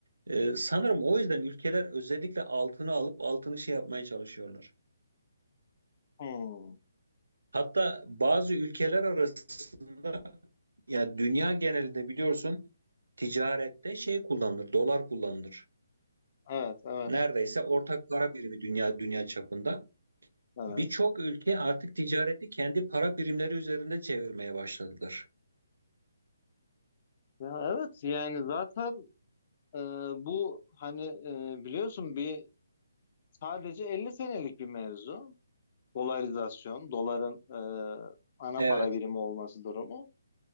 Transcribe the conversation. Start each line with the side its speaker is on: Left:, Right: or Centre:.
Right: Ee, sanırım o yüzden ülkeler özellikle altını alıp altını şey yapmaya çalışıyorlar.
Left: Hmm.
Right: Hatta bazı ülkeler arasında ya dünya genelinde biliyorsun ticarette şey kullanılır, dolar kullanılır.
Left: Evet, evet,
Right: Neredeyse ortak para birimi dünya dünya çapında.
Left: evet.
Right: Birçok ülke artık ticareti kendi para birimleri üzerinde çevirmeye başladılar.
Left: Ya evet yani zaten e, bu hani e, biliyorsun bir sadece 50 senelik bir mevzu. Dolarizasyon, doların e, ana
Right: Evet,
Left: para birimi olması durumu.